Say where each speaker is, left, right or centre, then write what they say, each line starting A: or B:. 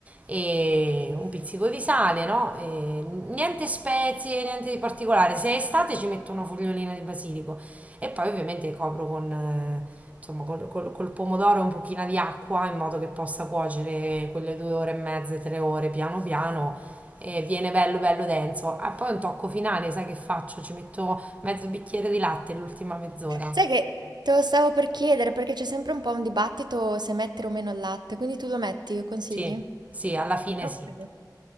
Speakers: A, on the right; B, on the right.
A: e un pizzico di sale, no? E niente spezie, niente di particolare. Se è estate ci metto una fogliolina di basilico e poi ovviamente copro con, eh, insomma, col, col- col pomodoro e un pochino di acqua in modo che possa cuocere quelle due ore e mezza, tre ore piano piano. E viene bello bello denso. Ah, poi un tocco finale, sai che faccio? Ci metto mezzo bicchiere di latte l'ultima mezz'ora.
B: Sai che te lo stavo per chiedere perché c'è sempre un po' un dibattito se mettere o meno il latte, quindi tu lo metti, lo consigli?
A: Sì, sì, alla fine
B: Ok.
A: sì.